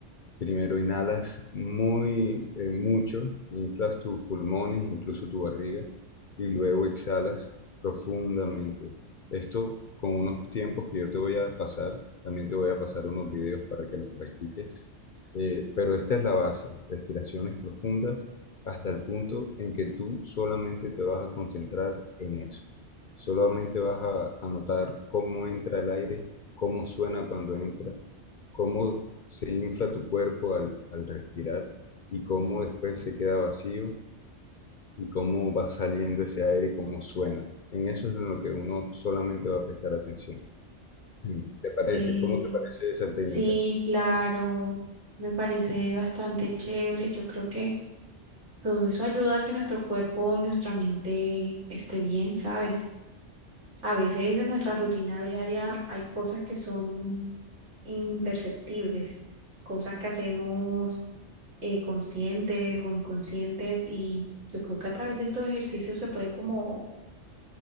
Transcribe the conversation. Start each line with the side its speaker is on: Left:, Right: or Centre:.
Left: Primero inhalas muy eh, mucho, inflas tus pulmones, incluso tu barriga, y luego exhalas profundamente. Esto con unos tiempos que yo te voy a pasar, también te voy a pasar unos videos para que los practiques. Eh, pero esta es la base, respiraciones profundas hasta el punto en que tú solamente te vas a concentrar en eso. Solamente vas a, a notar cómo entra el aire, cómo suena cuando entra, cómo se infla tu cuerpo al, al respirar y cómo después se queda vacío y cómo va saliendo ese aire cómo suena. En eso es en lo que uno solamente va a prestar atención. Mm. ¿Te parece?
Right: Ok.
Left: ¿Cómo te parece esa técnica?
Right: Sí, claro, me parece bastante chévere. Yo creo que todo eso ayuda a que nuestro cuerpo y nuestra mente esté bien, ¿sabes? A veces en nuestra rutina diaria hay cosas que son imperceptibles, cosas que hacemos eh, conscientes o inconscientes y yo creo que a través de estos ejercicios se puede como